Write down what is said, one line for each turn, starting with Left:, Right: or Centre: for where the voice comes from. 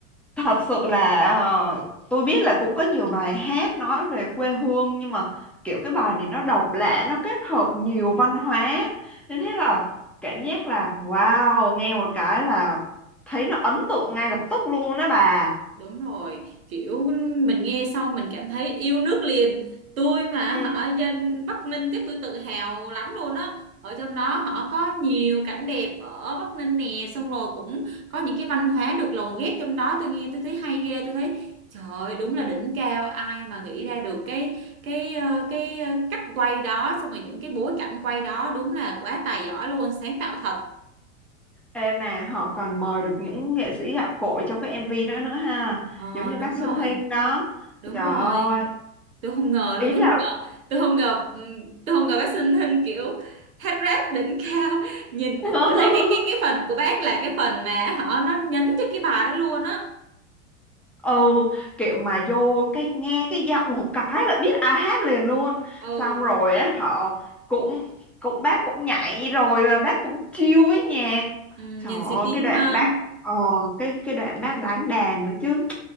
Centre: thật sự là ờ, tôi biết là cũng có nhiều bài hát nói về quê hương nhưng mà kiểu cái bài này nó độc lạ nó kết hợp nhiều văn hóa nên thế là cảm giác là wow nghe một cái là thấy nó ấn tượng ngay lập tức luôn đó bà
Right: Đúng rồi, kiểu mình nghe xong mình cảm thấy yêu nước liền. Tôi mà
Centre: ừ.
Right: hả dân Bắc Ninh chắc tôi tự hào lắm luôn á. Ở trong đó họ có nhiều cảnh đẹp ở Bắc Ninh nè, xong rồi cũng có những cái văn hóa được lồng ghép trong đó. Tôi nghe tôi thấy hay ghê, tôi thấy trời ơi, đúng là đỉnh cao ai mà nghĩ ra được cái cái ờ, cái ờ, cách quay đó xong rồi những cái bối cảnh quay đó đúng là quá tài giỏi luôn, sáng tạo thật.
Centre: Ê mà họ còn mời được những nghệ sĩ gạo cội trong cái MV đó nữa ha
Right: Ờ
Centre: giống như bác
Right: đúng
Centre: Xuân
Right: rồi,
Centre: Hinh đó
Right: đúng
Centre: trời
Right: rồi.
Centre: ơi
Right: Tôi không ngờ
Centre: ý
Right: đâu, tôi
Centre: là
Right: tôi không ngờ ừm, tôi không ngờ bác sinh Thinh kiểu hát rap đỉnh cao <laughs> nhìn
Centre: <laughs>
Right: tôi thấy cái cái cái phần của bác là cái phần mà họ nó nhấn cho cái bài đó luôn á
Centre: ừ kiểu mà vô cái nghe cái giọng một cái là biết ai hát liền luôn
Right: ừ
Centre: xong rồi á họ cũng cũng bác cũng nhảy rồi là bác cũng chill với nhạc
Right: Ừm,
Centre: trời
Right: nhìn xì
Centre: ơi
Right: tin
Centre: cái đoạn
Right: ha
Centre: bác ờ, cái cái đoạn bác đánh đàn nữa chứ